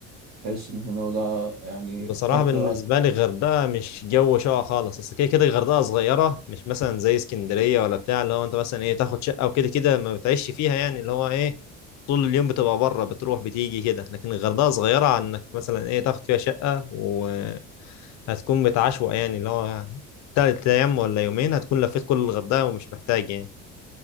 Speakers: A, on the right; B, on the left.
A: بحيث ان احنا ده يعني
B: بصراحة
A: فترة
B: بالنسبة لي الغردقة مش جو شقة خالص أصل كده كده الغردقة صغيرة مش مثلا زي اسكندرية ولا بتاع اللي هو أنت مثلا إيه تاخد شقة وكده كده ما بتعيش فيها يعني اللي هو إيه طول اليوم بتبقى بره بتروح بتيجي كده لكن الغردقة صغيرة عن إنك مثلا إيه تاخد فيها شقة وهتكون بتعشوق يعني اللي هو تلات أيام ولا يومين هتكون لفيت كل الغردقة ومش محتاج يعني